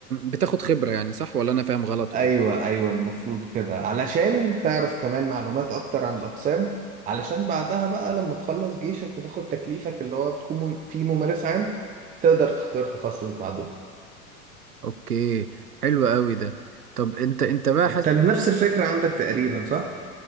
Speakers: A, on the right; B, on the right.
A: بتاخد خبرة يعني صح ولا انا فاهم غلط
B: ايوه
A: ولا ايه؟
B: ايوه المفروض كده علشان تعرف كمان معلومات اكتر عن الاقسام علشان بعدها بقى لما تخلص جيشك وتاخد تكليفك اللي هو بتكون مم- فيه ممارس عام تقدر تختار تخصص بعده
A: اوكي حلو قوي ده طب انت انت بقى
B: انت
A: حاسس
B: نفس الفكرة عندك تقريبا صح؟